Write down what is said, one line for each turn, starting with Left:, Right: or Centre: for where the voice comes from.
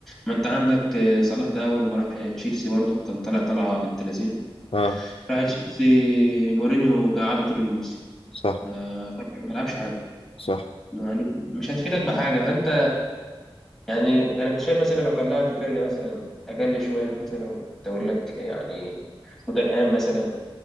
Centre: ما أنت عندك صلاح ده أول ما راح تشيلسي برضه كان طالع طالعة بنت لذينة
Left: اه
Centre: راح تشيلسي مورينيو قعده طول الموسم
Left: صح
Centre: آه، طبعاً ما لعبش حاجة
Left: صح
Centre: يعني مش هتفيدك بحاجة فأنت يعني انا مش شايف مثلا لو كان لها في فرقه مثلا اقل شويه مثلا تقول لك يعني توتنهام مثلا